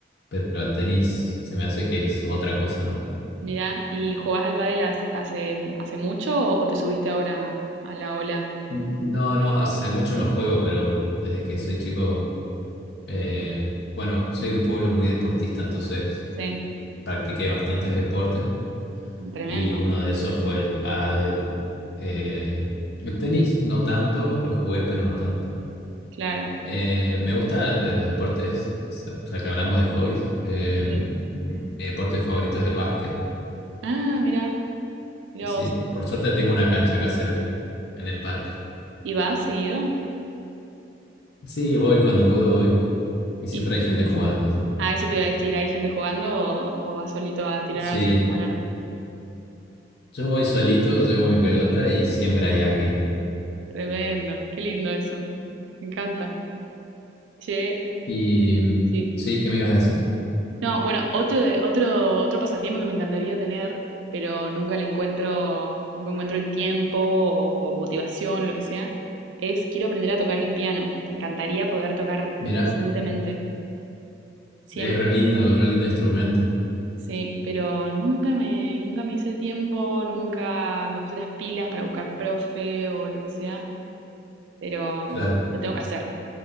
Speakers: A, on the left (about 60°); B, on the right (about 80°).
A: pero al tenis se me hace que es otra cosa, ¿no?
B: Mirá, ¿y jugás al pádel has- hace, mm, hace mucho o, o te subiste ahora a la ola?
A: N- No, no, hace mucho no juego, pero desde que soy chico, eh, bueno, soy de un pueblo muy deportista, entonces
B: Sí,
A: practiqué bastantes deportes.
B: tremendo,
A: Y uno de esos fue el pádel. eh, el tenis, no tanto, lo jugué, pero no tanto.
B: claro.
A: Eh, me gusta de los deportes, o sea que hablamos de hobbies. eh,
B: Sí.
A: mi deporte favorito es el básquet.
B: Ah, mirá, mirá
A: Sí,
B: vos.
A: por suerte tengo una cancha acá cerca, en el parque.
B: ¿Y vas seguido?
A: Sí, voy cuando puedo, voy. Y siempre
B: Y,
A: hay
B: y-
A: gente jugando, así que-
B: ah, eso te iba a decir, ¿hay gente jugando o, o vas solito a tirar
A: Sí,
B: al, al aro?
A: yo voy solito, llevo mi pelota y siempre hay alguien.
B: Tremendo, qué lindo eso, me encanta. Che,
A: Y
B: mm, sí.
A: sí, ¿qué me ibas a decir?
B: No, bueno, otro de, otro, otro pasatiempo que me encantaría tener, pero nunca le encuentro, nunca encuentro el tiempo o, o motivación o lo que sea, es quiero aprender a tocar el piano. Me encantaría poder tocar
A: Mirá,
B: decentemente. Siempre
A: es re lindo,
B: me gustó.
A: re lindo instrumento,
B: Sí, pero nunca me, nunca me hice el tiempo, nunca me puse las pilas para buscar profe o lo que sea, pero
A: claro.
B: mm, lo tengo que hacer.